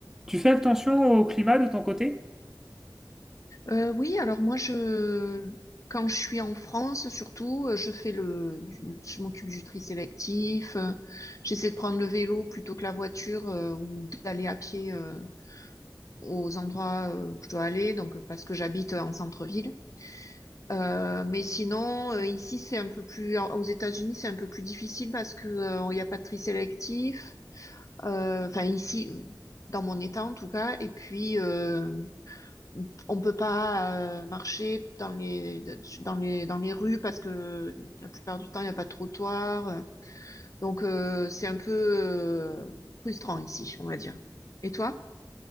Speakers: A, in the centre; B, on the left (about 45°).
A: Tu fais attention au climat de ton côté?
B: Euh, oui, alors moi je quand je suis en France surtout, euh, je fais le du- je m'occupe du tri sélectif, euh, j'essaie de prendre le vélo plutôt que la voiture euh, ou d'aller à pied euh, aux endroits euh, où je dois aller, donc euh, parce que j'habite en centre-ville. Euh, mais sinon euh, ici c'est un peu plus en- aux États-Unis c'est un peu plus difficile parce que euh, il n'y a pas de tri sélectif. Euh, Enfin ici dans mon état en tout cas et puis euh, on peut pas euh, marcher dans les dans les dans les rues parce que la plupart du temps il n'y a pas de trottoir. Donc euh, c'est un peu euh, frustrant ici, on va dire. Et toi?